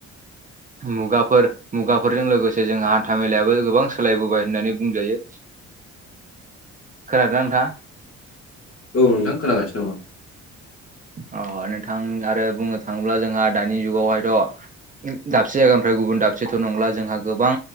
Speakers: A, on the right (about 25°); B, on the left (about 50°).
A: मुगाफोर मुगाफोरजों लोगोसे जोंहा हान्था मेलायाबो गोबां सोलायबोबाय होननानै बुंजायो। खोनादोंना नोंथाङा?
B: औ नोंथां खोनागासिनो नामा
A: अ नोंथां आरो बुंनो थाङोब्ला जोंहा दानि जुगावहायथ' दाबसे जायगानिफ्राय गुबुन दाबसेथ' नंला जोंहा गोबां